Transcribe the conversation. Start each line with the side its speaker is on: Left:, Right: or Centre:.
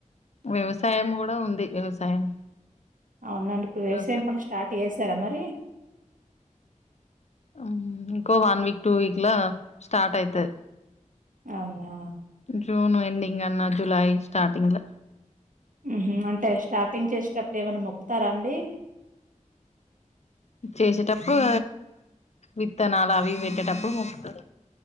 Left: వ్యవసాయం కూడా ఉంది వ్యవసాయం
Right: అవునండి ఇప్పుడు వ్యవసాయం
Left: వ్యవసా
Right: పని స్టార్ట్ చేశారా మరి
Left: ఊ ఇంకో వన్ వీక్ టూ వీక్ లో స్టార్ట్ అయితది
Right: అవునా
Left: జూన్ ఎండింగ్ అన్న జులై స్టార్టింగ్ ల
Right: ఊహు అంటే స్టార్టింగ్ చేసేటప్పుడు ఏమన్నా మొక్కుతారా అండి
Left: చేసేటప్పుడు విత్తనాలు అవి ఇవి పెట్టేటప్పుడు మొకుతారు